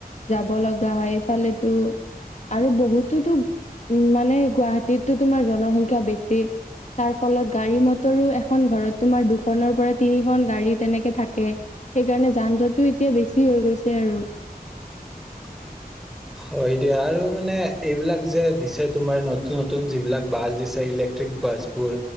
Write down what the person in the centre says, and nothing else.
<unintelligible> হয় দিয়া, আৰু মানে এইবিলাক যে দিছে তোমাৰ নতুন নতুন যিবিলাক বাছ দিছে ইলেক্ট্ৰিক বাছ, তেজপুৰ,